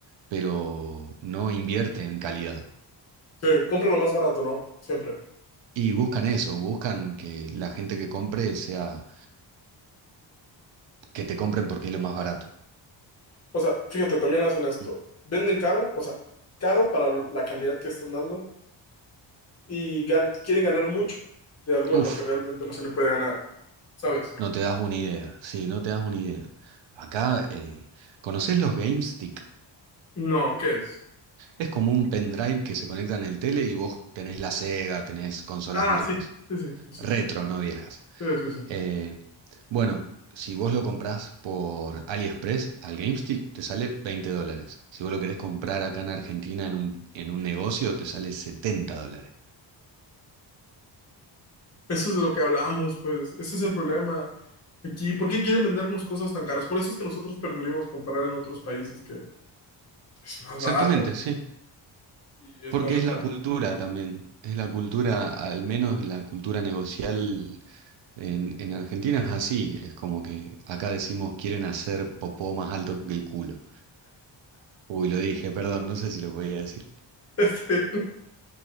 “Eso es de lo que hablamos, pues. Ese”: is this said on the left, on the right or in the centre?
Left